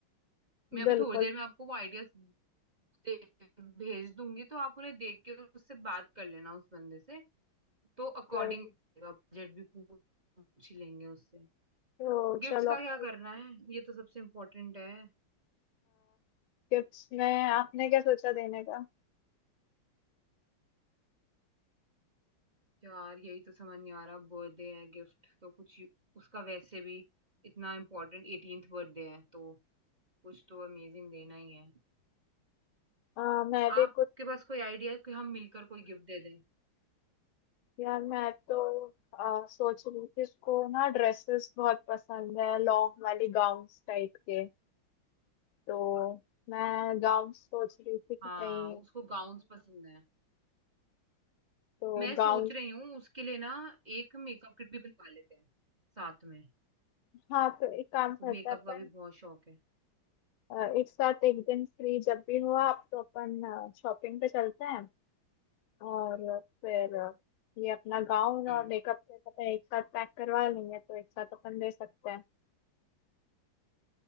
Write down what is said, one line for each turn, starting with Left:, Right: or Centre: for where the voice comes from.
Right: मैं अभी
Left: बिल्कुल
Right: थोड़ी देर में आपको वो आइडियाज दे- भेज दूंगी तो आप उन्हें देख के उससे बात कर लेना उस बंदे से तो अकॉर्डिंग
Left: जरूर।
Right: बजट भी पूछ पूछ ही लेंगे उससे
Left: तो
Right: गिफ्ट्स
Left: चलो
Right: का
Left: अपने
Right: क्या करना है ये तो सबसे इम्पोर्टेंट है
Left: गिफ्ट्स में आपने क्या सोचा देने का
Right: यार यही तो समझ नहीं आ रहा बर्थडे है गिफ्ट तो कुछ यू- उसका वैसे भी इतना इम्पोर्टेंट 18th बर्थडे है तो कुछ तो अमेजिंग देना ही है
Left: अ, मैं भी
Right: आपके
Left: कुछ
Right: पास कोई आइडिया है कि हम मिलकर कोई गिफ्ट दे दें
Left: यार मैं तो अ, सोच रही थी इसको ना ड्रेसेस बहुत पसंद है लॉन्ग वाली गाउन टाइप के तो मैं गांव सोच रही थी कि
Right: हाँ
Left: कहीं
Right: उसको गाउन्स पसंद है
Left: तो
Right: मैं सोच
Left: गांव
Right: रही हूँ उसके लिए ना एक मेकअप किट भी बनवा लेते हैं साथ में
Left: हाँ तो एक काम करते
Right: मेकअप
Left: हैं अपन
Right: का भी बहुत शौक है
Left: अ, एक साथ एक दिन फ्री जब भी हो आप तो अपन शॉपिंग पे चलते हैं और फिर अ, ये अपना गाउन
Right: हम्म
Left: और मेकअप किट अपन एक साथ पैक करवा लेंगे तो एक साथ अपन दे सकते हैं